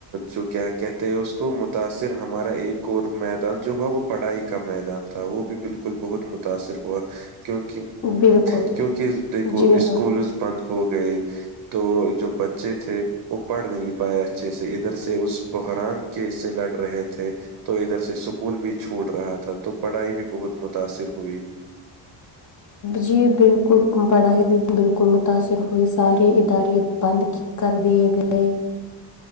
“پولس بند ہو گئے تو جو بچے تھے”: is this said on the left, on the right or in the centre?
Right